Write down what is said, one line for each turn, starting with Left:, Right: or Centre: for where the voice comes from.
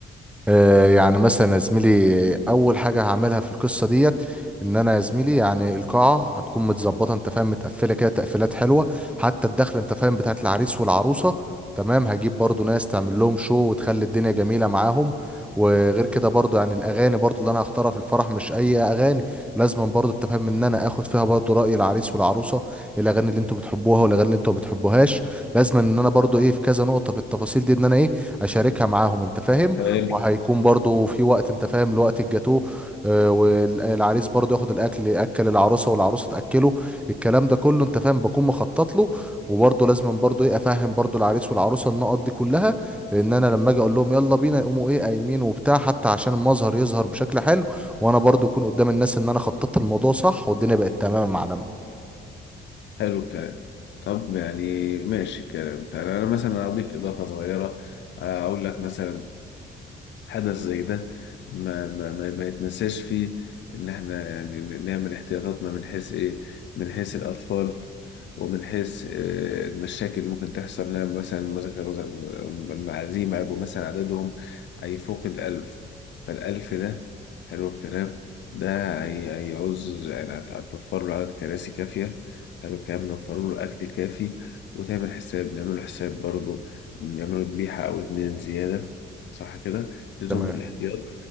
Centre: آه، يعني مثلا يا زميلي اول حاجه هعملها في القصه ديت ان انا يا زميلي يعني القاعه هتكون متظبطه انت فاهم متقفله كده تقفيلات حلوه حتى الدخله انت فاهم بتاعت العريس والعروسه تمام هجيب برضو ناس تعمل لهم شو وتخلي الدنيا جميله معاهم وغير كده برضو يعني الاغاني برضو اللي انا هختارها في الفرح مش اي اغاني لازم برضو انت فاهم ان انا اخد فيها برضو راي العريس والعروسه الاغاني اللي انتوا بتحبوها والاغاني اللي انتوا ما بتحبوهاش لازم ان انا برضو ايه في كذا نقطه في التفاصيل دي ان انا ايه اشاركها معاهم انت فاهم
Left: حلو
Centre: وهيكون برضو في وقت انت فاهم لوقت الجاتوه آه، والعريس برضو ياخد الاكل اكل العروسه والعروسه تاكله الكلام ده كله انت فاهم بكون مخطط له وبرضو لازم برضو ايه افهم برضو العريس والعروسه النقط دي كلها لان انا لما اجي اقول لهم يلا بينا يقوموا ايه قايمين وبتاع حتى عشان المظهر يظهر بشكل حلو وانا برضو اكون قدام الناس ان انا خططت الموضوع صح والدنيا بقت تمام يا معلم
Left: حلو الكلام طب يعني ماشي الكلام فأنا أنا مثلا أضيف إضافة صغيرة آه، أقول لك مثلا حدث زي ده ما ما ما, ما يتنساش فيه ان احنا يعني نعمل احتياطاتنا من حيث ايه من حيث الاطفال ومن حيث آه، المشاكل اللي ممكن تحصل لنا مثلا مثلا المعازيم هيبقوا مثلا عددهم هيفوق الألف فالألف ده حلو الكلام ده هي- هيعوز يعني هت- هتوفر له عدد كراسي كافية حلو الكلام نوفر له أكل كافي وتعمل حساب نعمل له حساب برضه نعمله ذبيحة أو اتنين زيادة صح كده؟ لزوم
Centre: تمام
Left: الاحتياط